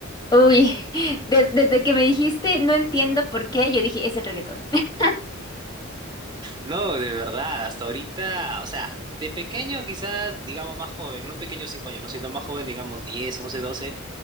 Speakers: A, on the left; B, on the right.
A: Uy, <laughs> de- desde que me dijiste no entiendo por qué, yo dije es el reggaetón. <laughs>
B: No, de verdad, hasta ahorita, o sea, de pequeño quizás, digamos más joven, no pequeño cinco años, no, sino más joven, digamos 10, 11, 12.